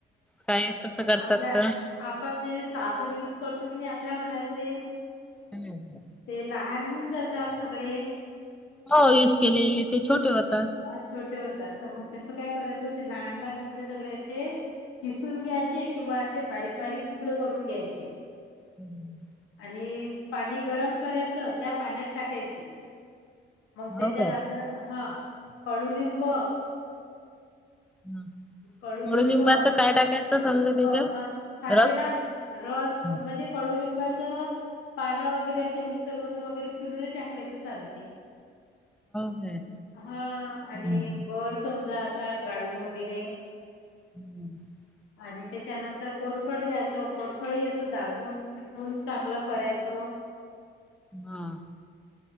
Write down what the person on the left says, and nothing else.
आपल्या
आपण जे साबण युज करतो की नाही आपल्या घरातले
ते लहान हून जातात सगळे.
अ छोटे होतात तर मग त्याच काय करायचं ते लहान लहान कपडे सगळे अशे किसून घ्यायचे किंवा असे बारीक बारीक तुकडे करून घ्यायचे.
आणि पाणी गरम करायचं त्या पाण्यात टाकायची. मग त्याच्यात
आपलं हा कडुलिंब
कडुलिंब
ब हा सांगते
ना रस
म्हणजे कडुलिंबाच पानं वगैरे अशे मिक्सर मधून वगैरे फिरून टाकले तर चालते.
हा आणि
गड समजा असा गाळून वगैरे
आणि त्याच्यानंतर कोरफड घ्यायचो कोरफड हे असं दाबून शिकून चांगलं कऱ्याचं